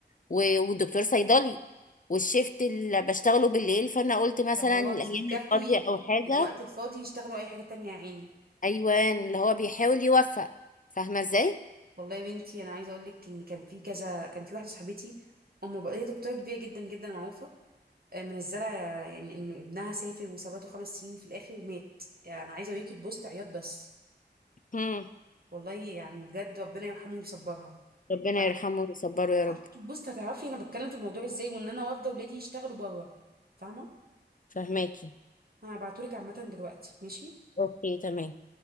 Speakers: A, on the left; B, on the right.
A: و- والدكتور صيدلي والشيفت اللي بشتغله بالليل فانا قلت مثلا
B: فاللي هو
A: الايام
B: مش بيكفي
A: الفاضيه او حاجه
B: الوقت الفاضي يشتغلوا اي حاجة تانية يا عيني
A: ايوان اللي هو بيحاول يوفق فاهمه ازاي
B: والله يا بنتي انا عايزه اقول لك ان كان في كذا كان في واحده صاحبتي ام بقى هي دكتوره كبيره جدا جدا معروفه آه، منزله يعني ان ابنها سافر وثبته خمس سنين في الاخر مات يعني انا عايزه اوريك البوست عياط بس
A: هم
B: والله يعني بجد ربنا يرحمه ويصبرها
A: ربنا
B: انا
A: يرحمه ويصبره
B: بعتلك
A: يا رب
B: البوست هتعرفي انا بتكلم في الموضوع ازاي وان انا رافضه ولادي يشتغلوا بره فاهمه
A: فاهماكي
B: انا هبعتهولك عامه دلوقتي ماشي
A: اوكي تمام